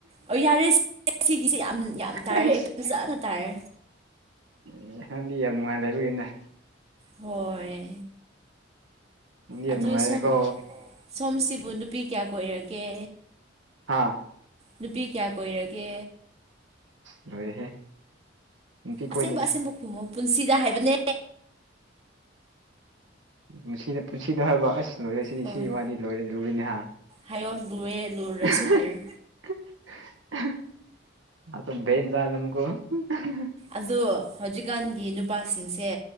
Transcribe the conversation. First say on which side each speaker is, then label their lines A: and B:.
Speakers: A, on the right; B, on the right.
A: ꯑꯣ ꯌꯥꯔꯦ ꯁꯤ ꯁꯤꯒꯤꯁꯦ ꯌꯥꯝ ꯌꯥꯝ ꯇꯥꯔꯦ
B: ꯑꯁ
A: ꯑꯩ ꯐꯖꯅ ꯇꯥꯔꯦ
B: ꯑꯦ ꯅꯪꯗꯤ ꯌꯥꯝ ꯅꯨꯡꯉꯥꯏ ꯂꯩꯕꯒꯤꯅꯦ
A: ꯍꯣꯏ
B: ꯅꯪꯗꯤ ꯌꯥꯝ
A: ꯑꯗꯨ
B: ꯅꯨꯡꯉꯥꯏꯔꯦꯅꯦꯀꯣ
A: ꯁꯣꯝ ꯁꯣꯝꯁꯤꯕꯨ ꯅꯨꯄꯤ ꯀꯌꯥ ꯀꯣꯏꯔꯒꯦ
B: ꯍꯥꯥ
A: ꯅꯨꯄꯤ ꯀꯌꯥ ꯀꯣꯏꯔꯒꯦ
B: ꯂꯣꯏꯔꯦꯍꯦ ꯅꯨꯄꯤ
A: ꯑꯁꯦꯡꯕ
B: ꯀꯣꯏꯗꯦꯗ
A: ꯑꯁꯦꯡꯕ ꯈꯨꯨꯝꯃꯣ ꯄꯨꯟꯁꯤꯗ ꯍꯥꯏꯕꯅꯦ
B: ꯄꯨꯟꯁꯤꯗ ꯄꯨꯟꯁꯤꯗ ꯍꯥꯏꯕ ꯑꯁ ꯂꯣꯏꯔꯁꯤꯗꯤ
A: ꯍꯣꯏ
B: ꯁꯤ ꯋꯥꯗꯤ ꯂꯣꯏꯔꯦ ꯂꯣꯏꯔꯅꯦꯍ
A: ꯍꯥꯏꯌꯣ ꯂꯨꯑꯦ ꯂꯨꯔꯁꯨ
B: <unintelligible>
A: ꯍꯥꯏꯌꯣ
B: ꯑꯗꯨꯝ <unintelligible> ꯆꯝꯀꯣ <unintelligible>
A: ꯑꯗꯣ ꯍꯧꯖꯤꯛꯀꯥꯟꯒꯤ ꯅꯨꯄꯥꯁꯤꯡꯁꯦ